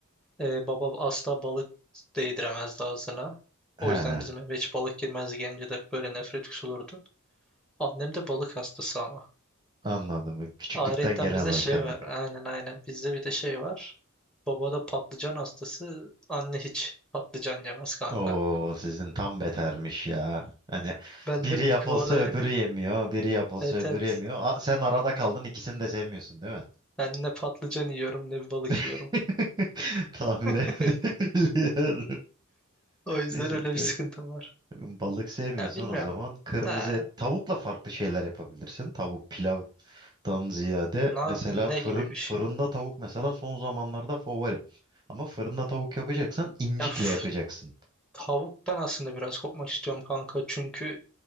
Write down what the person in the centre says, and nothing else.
Ee, baba asla balık değdiremezdi ağzına.
O yüzden bizim eve hiç balık girmezdi gelince de böyle nefret kusulurdu. Annem de balık hastası ama.
Ayrıca
bizde
şey var. Aynen aynen. Bizde bir de şey var. Baba da patlıcan hastası. Anne hiç patlıcan yemez kanka.
Ben
de
bu arada
yani
evet
evet.
Ben ne patlıcan yiyorum ne balık yiyorum.
<laughs> O yüzden
öyle bir
sıkıntım var.
Ya bilmiyorum.
Ha,
na-
ne
gibi bir şey?
Ya f-
tavuktan aslında biraz kopmak istiyorum kanka. Çünkü